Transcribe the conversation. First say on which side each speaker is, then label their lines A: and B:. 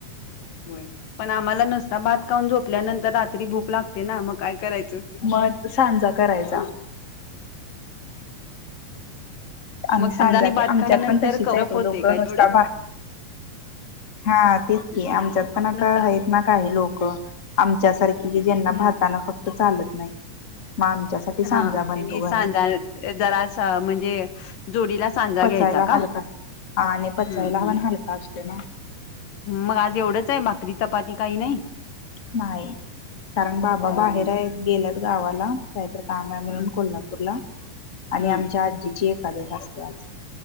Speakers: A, on the left (about 85°); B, on the left (about 25°).
A: होय. पण आम्हाला नुसता भात खाऊन झोपल्यानंतर रा त्री भूक लागते ना मग? काय करायचं
B: मग सांजा करायचा. आम्ही
A: मग
B: सांजा
A: संजानी
B: की
A: भात
B: आमच्यात
A: खाल्यानंतर
B: पण तशीच
A: कवरप
B: आहेत ओ
A: होते
B: लोकं.
A: काय
B: नुसता
A: तेवढं
B: भात हा तेच की आमच्यात पण आता
A: नुसता
B: आहेत ना काही लोकं, आमच्यासारखी कि ज्यांना
A: हम्म
B: भातानं फक्त चालत नाही. मग आमच्यासाठी सांजा
A: हा
B: बनतो
A: त्यांनी सांजा
B: घरात
A: जरासा म्हणजे जोडीला सांजा
B: पचायला
A: घ्यायचा का?
B: हलका आणि पचायला
A: हम्म
B: पण
A: हम्म.
B: हलका असतो ना
A: मग आज एवढंच आहे? भाकरी, चपाती काही नाही?
B: नाही कारण बाबा
A: हम्म
B: बाहेर आहेत. गेल्यात गावाला काय तर काम आहे म्हणून
A: हम्म
B: कोल्हापूरला आणि
A: हम्म
B: आमच्या आजीची एकादस असत्या आज.